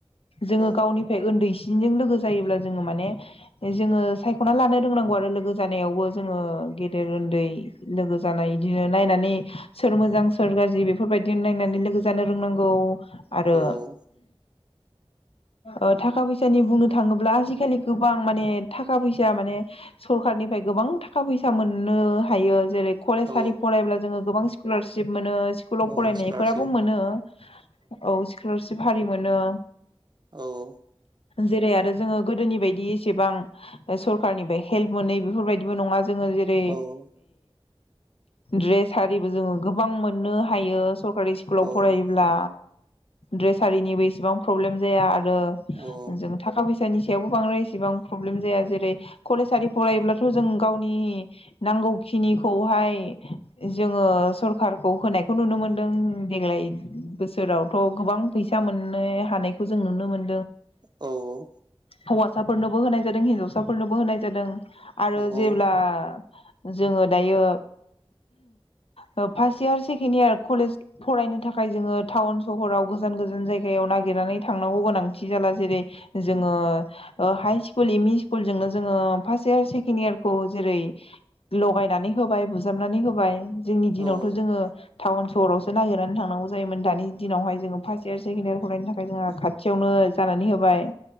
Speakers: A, on the left (about 80°); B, on the right (about 50°).
A: जोङो
B: औ
A: गावनिफाय ओन्दैसि चिनजों लोगो जायोब्ला जोङो माने ए जोङो सायख'ना लानो रोंनांगौ आरो लोगो जानायावबो जोङो गेदेर उन्दै लोगो जानाय इदिनो नायनानै सोर मोजां सोर गाज्रि बेफोरबायदि नायनानै लोगो जानो रोंनांगौ आरो
B: औ
A: ओ थाखा फैसानि बुंनो थाङोब्ला आजिखालि गोबां माने थाखा फैसा माने सरखारनि निफ्राय गोबां थाखा फैसा मोननो हायो जेरै कलेजारि
B: औ
A: फरायब्ला जोङो गोबां स्कलारशिप। मोनो स्कुलाव
B: औ
A: फरायनायफोराबो
B: स्कलारशिप
A: मोनो औ स्कलारशिप हारि मोनो।
B: औ औ।
A: जेरै आरो जोङो गोदोनि बायदि एसेबां सरखारनिफ्राय हेल्प मोनै बेफोरबायदिबो नङा। जोङो जेरै
B: औ
A: द्रेस आरिबो जोङो गोबां मोननो हायो स सरकारि स्कुलाव
B: औ
A: फरायोब्ला द्रेसारिनिबो इसेबां प्रब्लेम जाया आरो जों
B: औ
A: थाखा फैसा फैसानि सायावबो बांद्राय एसेबां प्रब्लेम जाया जेरै कलेजारि फरायोब्लाथ' जों गावनि नांगौ नांगौखिनि खौहाय जोङो सरखारखौ होनायखौ नुनो मोनदों देग्लाय बोसोर फोरावथ' गोबां फैसा मोननो हानायखौ जों नुनो मोन
B: औ
A: हौवसाफोरनोबो होनाय जादों हिनजावसाफोरनोबो होनाय जादों। आरो
B: औ
A: जेब्ला जोङो दायो first year second year college फरायनो थाखाय जोङो टाउन सहराव गोजान गोजान जायगायाव न नागिरनानै थांनांगौ गोनां जाला जेरै जोङो ओ हाइ स्कुल एम इ स्कुलजोंनो जोङो अ फास इयार सेकेन्द इयारखौ जेरै ल लगायनानै होबाय बुजाबनानै होबाय जोंनि दिनावथ'
B: औ
A: जोङो टाउन सहरावसो नागिरनानै थांनांगौ जायोमोन दानि दिनावहाय जोङो फार्स्ट इयार सेकेण्ड इयार फरायनो थाखाय जोंहा खाथियावनो जानानै होबाय।